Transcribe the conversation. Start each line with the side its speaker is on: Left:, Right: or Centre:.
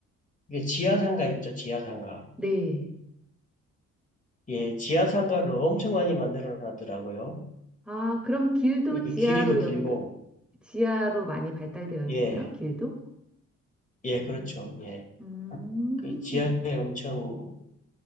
Left: 이게 지하상가 있죠, 지하상가.
Centre: 네.
Left: 예, 지하 상가를 엄청 많이 만들어 놨더라고요.
Centre: 아, 그럼 길도
Left: 이렇게
Centre: 지하로
Left: 길이도 길고,
Centre: 연결, 지하로 많이 발달되어 있나요?
Left: 예,
Centre: 길도?
Left: 예, 그렇죠.
Centre: 음.
Left: 예.
Centre: 음.
Left: 그 지하에 엄청,